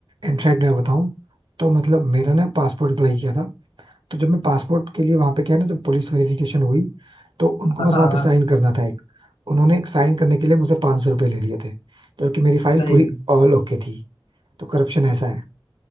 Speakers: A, on the right; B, on the left.
A: इनफैक्ट मैं बताऊं तो मतलब मेरा ना पासपोर्ट अप्लाई किया था तो जब मैं पासपोर्ट के लिए वहां पे गया ना जब पुलिस वेरिफिकेशन हुई तो उनको
B: हाँ
A: बस
B: हाँ
A: वहां पे साइन करना था एक उन्होंने एक साइन करने के लिए मुझसे 500 सौ रुपये ले लिए थे जबकि मेरी फाइल
B: सही
A: पूरी ऑल ओके थी तो करप्शन ऐसा है